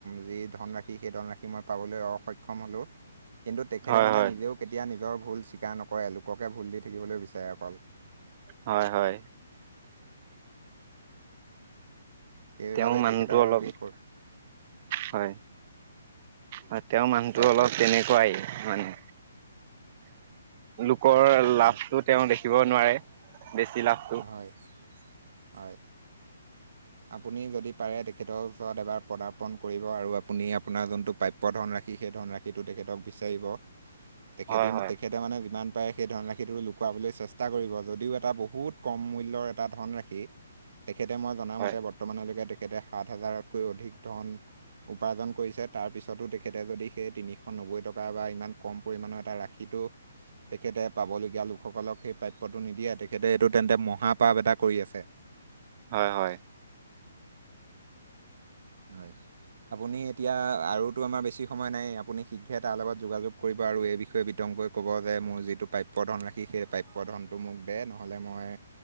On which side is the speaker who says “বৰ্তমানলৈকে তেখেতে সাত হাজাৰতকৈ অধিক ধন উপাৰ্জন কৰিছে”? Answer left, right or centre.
Right